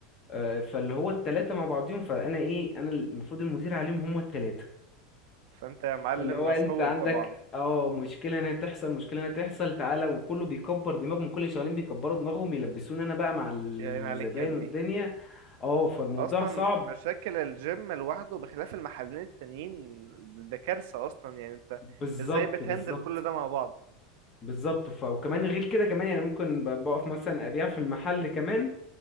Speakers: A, on the left; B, on the right.
A: آه، فاللي هو التلاتة مع بعضيهم فأنا إيه أنا المفروض المدير عليهم هما التلاتة
B: فانت يا معلم
A: فاللي هو
B: مسحول
A: أنت عندك
B: طبعا
A: اه مشكلة هنا تحصل مشكلة هنا تحصل تعالى وكله بيكبر دماغهم كل اللي شغالين بيكبروا دماغهم يلبسوني أنا بقى مع الزبائن
B: يا عيني عليك يا ابني
A: والدنيا اه فالموضوع
B: اصلا
A: صعب
B: مشاكل الجيم لوحده بخلاف المحلين التانيين ده كارثة اصلا يعني انت
A: بالظبط
B: ازاي بتهندل
A: بالظبط
B: كل ده مع بعض
A: بالظبط ف وكمان غير كده كمان يعني ممكن ب- بقف مثلا أبيع في المحل كمان